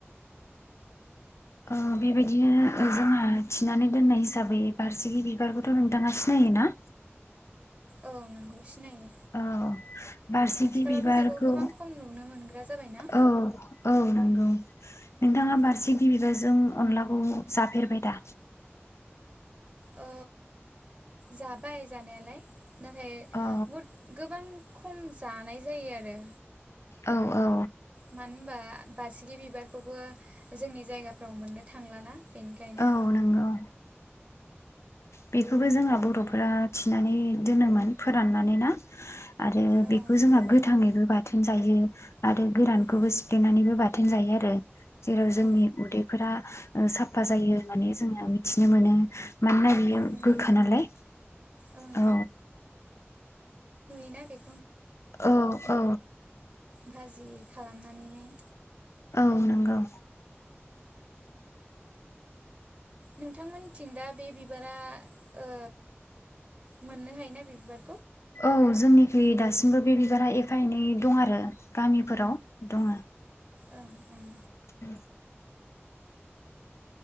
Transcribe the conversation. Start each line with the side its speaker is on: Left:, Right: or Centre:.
Left: अ बेबायदिनो ओ जोंहा थिनानै दोननाय हिसाबै बारसिखि बिबारखौथ' नोंथाङा सिनायोना?
Right: औ नंगौ सिनायो
Left: औ बारसिखि
Right: आथिखालावथ'
Left: बिबारखौ
Right: बेखौ गोबां खम नुनो मोनग्रा जाबायना
Left: औ औ नंगौ। नोंथाङा बारसिखि
Right: औ
Left: बिबारजों अनलाखौ जाफेरबाय दा?
Right: अ जाबाय जानायालाय नाथाय
Left: औ
Right: बुत गोबां खम जानाय जायो आरो
Left: औ औ
Right: मानो होनबा बासिगि बिबारखौबो जोंनि जायगाफ्राव मोननो थांलाना बेनिखायनो
Left: औ नंगौ बेखौबो जोंहा बर'फोरा थिनानै दोनोमोन, फोराननानै ना आरो
Right: औ नंगौ
Left: बेखौ जोंहा गोथाङैबो बाथोन जायो आरो गोरानखौबो
Right: औ
Left: सिफ्लेनानैबो बाथोन जायो आरो जेराव जोंनि
Right: औ
Left: उदैफोरा साफा जायो होननानै जोङो मिथिनो मोनो मानोना
Right: नंगौ
Left: गोखा नालाय
Right: ओं
Left: औ
Right: न बे
Left: औ औ
Right: भाजि खालामनानैहाय
Left: औ नंगौ
Right: नोंथांमोन थिं दा बे बिबारा ओ मोननो हायोना बे बिबार?
Left: औ जोंनिखै दासिमबो बे बिबारा एफा एनै दं आरो गामिफोराव दङ
Right: ओं ओं
Left: उ